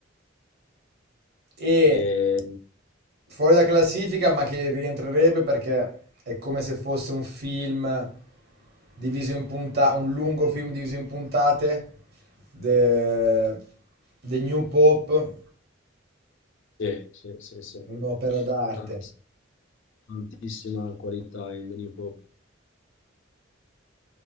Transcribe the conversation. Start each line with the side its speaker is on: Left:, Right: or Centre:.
Right: E
Left: E,
Right: fuori da classifica, ma che rientrerebbe perché è come se fosse un film diviso in puntate, un lungo film diviso in puntate, The, The New Pope,
Left: sì, sì, sì, sì.
Right: un'opera d'arte.
Left: Tantiss- Tantissima qualità in The New Pope.